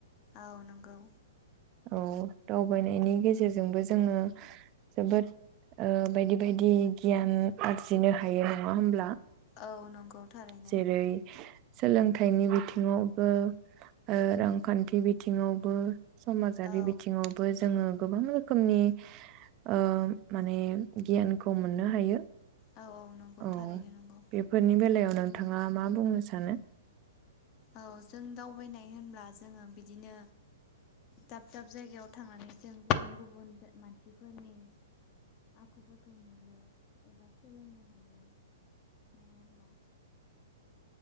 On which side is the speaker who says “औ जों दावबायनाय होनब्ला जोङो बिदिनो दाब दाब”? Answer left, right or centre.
Left